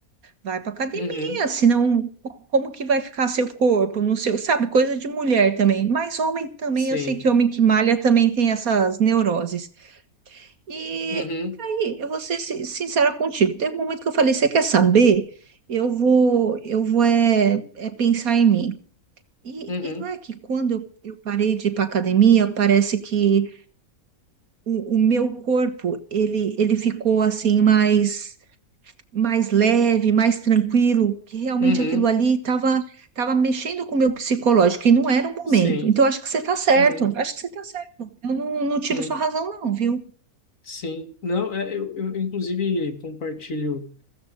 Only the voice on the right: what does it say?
vai para academia,
senão co- como que vai ficar seu corpo, não sei, sabe, coisa de mulher também. Mas homem também,
eu sei que homem que malha também tem essas neuroses. E
aí, eu vou ser si- sincera contigo, teve um momento que eu falei: você quer saber? Eu vou, eu vou é, é pensar em mim. E,
e não é que quando eu, eu parei de ir para academia, parece que o, o meu corpo, ele, ele ficou assim mais mais leve, mais tranquilo, que realmente
aquilo ali estava tava mexendo com o meu psicológico e não era o momento.
Então, acho que você está certo,
acho que você está certo. Eu não, não tiro
sua razão, não, viu?